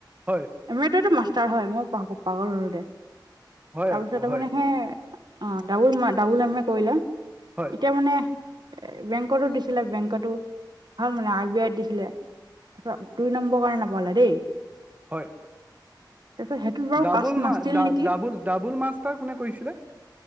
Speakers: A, on the right; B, on the right.
A: হয়।
B: এম এ তোৱেটো মাষ্টাৰ হয়, মই প পাগল হলো দে
A: হয়
B: তাৰপিছতে
A: আপু হয়
B: মানে সে- অঁ ডাবুল মা ডাবুল এম এ কৰিলে
A: হয়
B: এতিয়া মানে- এ বেংকতো দিছিলে বেংকতো। ভাল মানে আৰ বি আইত দিছিলে ত দুই নম্বৰ কাৰণে নাপালে দেই।
A: হয়,
B: তাৰপিছত সেইটোত বাৰু
A: ডাবুল
B: কাষ্ট নাছিল
A: মা ডা
B: নেকি
A: ডাবুল ডাবুল মাছতাৰ কোনে কৰিছিলে?